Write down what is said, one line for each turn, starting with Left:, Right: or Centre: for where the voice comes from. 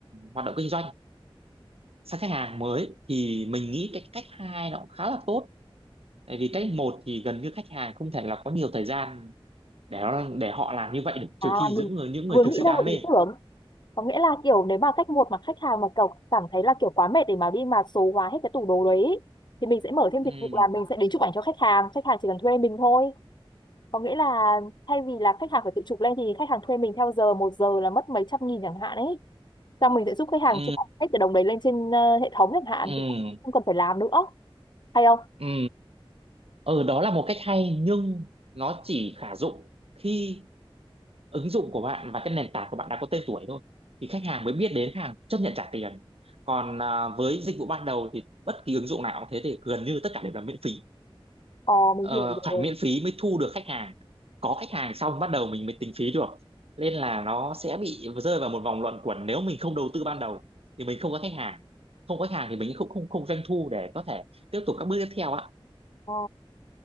Right: hoạt động kinh doanh sang khách hàng mới thì mình nghĩ cái cách hai nó cũng khá là tốt tại vì cách một thì gần như khách hàng không thể là có nhiều thời gian để nó, để họ làm như vậy được
Left: à
Right: trừ khi
Left: mình
Right: những người những
Left: vừa
Right: người
Left: nghĩ
Right: thực sự đam
Left: ra một
Right: mê
Left: ý tưởng có nghĩa là kiểu nếu mà cách một mà khách hàng mà kiểu cảm thấy là kiểu quá mệt để mà đi mà số hóa hết cái tủ đồ đấy ấy, thì mình sẽ mở thêm dịch
Right: ừ
Left: vụ là mình sẽ đến chụp ảnh cho khách hàng khách hàng chỉ cần thuê mình thôi có nghĩa là thay vì là khách hàng phải tự chụp lên thì khách hàng thuê mình theo giờ một giờ là mất mấy trăm nghìn chẳng hạn ấy xong mình sẽ giúp khách hàng
Right: ừ
Left: chụp hết từ đồng đấy lên trên ờ, hệ thống chẳng hạn
Right: ừ
Left: thì không cần phải làm nữa hay không
Right: ừ ừ đó là một cách hay nhưng nó chỉ khả dụng khi ứng dụng của bạn và cái nền tảng của bạn đã có tên tuổi thôi thì khách hàng mới biết đến khách hàng chấp nhận trả tiền còn à, với dịch vụ ban đầu thì bất kỳ ứng dụng nào cũng thế thì gần như tất cả đều là miễn phí
Left: ờ mình
Right: ờ,
Left: hiểu
Right: phải
Left: rồi
Right: miễn phí mới thu được khách hàng có khách hàng xong bắt đầu mình mới tính phí được nên là nó sẽ bị rơi vào một vòng luẩn quẩn nếu mình không đầu tư ban đầu thì mình không có khách hàng không có khách hàng thì mình không không không doanh thu để có thể tiếp tục các bước tiếp theo ạ
Left: ờ,